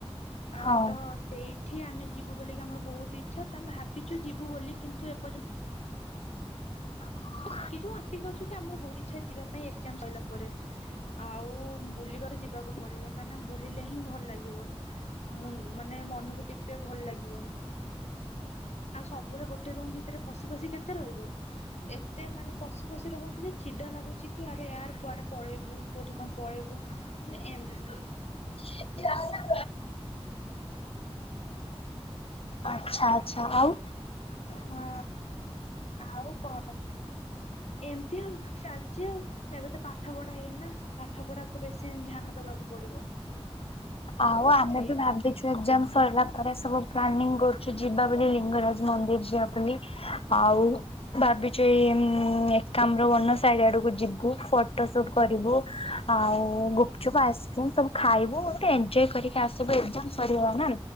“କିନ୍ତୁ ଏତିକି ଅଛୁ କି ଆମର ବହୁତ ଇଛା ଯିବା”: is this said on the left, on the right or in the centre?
Left